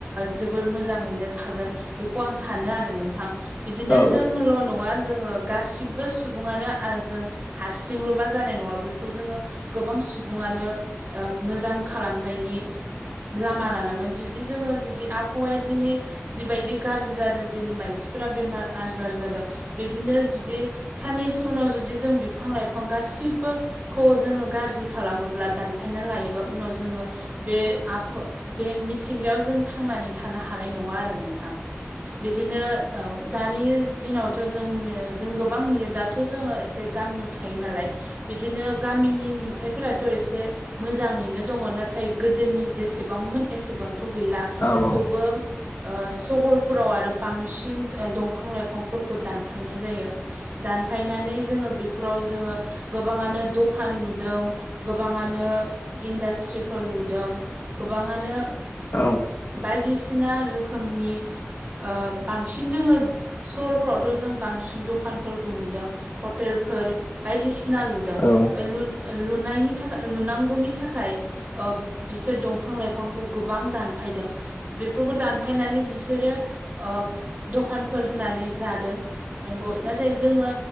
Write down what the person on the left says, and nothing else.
औ
औ औ
औ।
औ